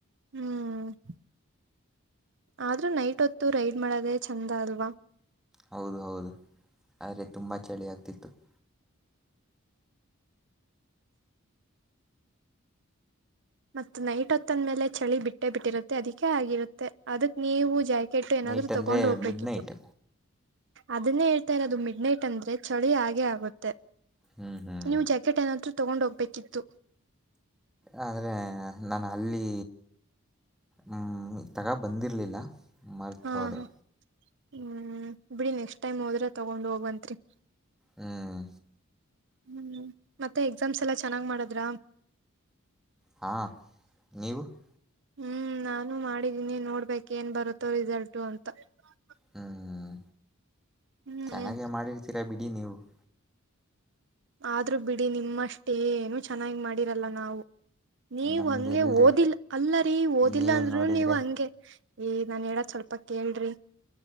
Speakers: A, on the right; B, in the centre.
A: ಹ್ಮ್. <inaudible> ಆದ್ರೂ, ನೈಟ್ ಹೊತ್ತು ರೈಡ್ ಮಾಡದೇ, ಚೆಂದ ಅಲ್ವಾ. <inaudible>
B: ಹೌದು, ಹೌದು, ಆದರೆ, ತುಂಬ ಚಳಿ ಆಗ್ತಿತ್ತು. <inaudible>
A: ಮತ್ತ ನೈಟ್ ಹೊತ್ತಂದ್ಮೇಲೆ ಚಳಿ ಬಿಟ್ಟೇ ಬಿಟ್ಟಿರುತ್ತೆ ಅದಿಕೇ ಆಗಿರುತ್ತೆ ಅದಕ್ ನೀವು ಜಾ ಕೆಟ್ಟು ಏನಾದ್ರು
B: ನೈಟ್ ಅಂದರೆ
A: ತಗೊಂಡು ಹೋಗ್ಬೇಕಿತ್ತು
B: ಮಿಡ್ ನೈಟ್
A: ಅದನ್ನೇ ಹೇಳ್ತಾ ಇರೋದು ಮಿಡ್ ನೈಟ್ ಅಂದ್ರೆ ಚಳಿ ಹಾಗೆ ಆಗುತ್ತೆ
B: ಹ್ಮ್ ಹ್ಮ್
A: ನೀವು್ ಜಾಕೆಟ್ ಏನಾದ್ ರು ತಗೊಂಡೊಗ್ಬೇಕಿತ್ತು
B: ಆದ್ರೆ ನಾನು ಅಲ್ಲಿ ಹ್ಮ ತಗ ಬಂದಿರ್ಲಿಲ್ಲ ಮರ್ತೋದೆ
A: ಹಾ ಹ ಹ್ಮ್, ಬಿಡಿ ನೆಕ್ಸ್ಟ್ ಟೈಮ್, ಹೋದ್ರೆ ತಗೊಂಡ್ ಹೋಗಂತ್ರಿ. <inaudible>
B: ಹ್ಮ್
A: ಹ್ಮ್, ಮತ್ತೆ, ಎಕ್ಸಾಮ್ಸ್ ಎಲ್ಲಾ! ಚೆನ್ನಾಗ್ ಮಾಡದ್ರ? <inaudible>
B: ಹಾ, ನೀವು. <inaudible>
A: ಹ್ಮ್, ನಾನು ಮಾಡಿದೀನಿ! ನೋಡ್ಬೇಕಕ್ ಏನ್ ಬರುತ್ತೋ, ರಿಸಲ್ಟು ಅಂತ. <inaudible>
B: ಹ್ಮ್,
A: ಹ್ಮ್
B: ಚೆನ್ನಾಗೆ,, ಮಾಡಿರ್ತೀರಾ, ಬಿ.. <inaudible> ಅಜ್ಜಿ, ನೀವು. <inaudible>
A: ಆದ್ರೂ ಬಿಡಿ ನಿಮ್ಮಷ್ಟೇ ಏನು ಚೆನ್ನಾಗಿ ಮಾಡಿರಲ್ಲ ನಾವು ನೀವ್
B: ನಮ್ದು
A: ಹಂಗೆ
B: ಎಲ್ರಿ
A: ಓದಿಲ್ಲ ಅಲ್ಲರಿ ಓದಿಲ್ಲ
B: ನೀವು
A: ಅಂದ್ರರು
B: ನೋಡಿದರೆ
A: ನೀವ್ ಹಂಗೆ ಈ ನನ್ ಹೇಳ ಸ್ವಲ್ಪ ಕೇಳ್ರಿ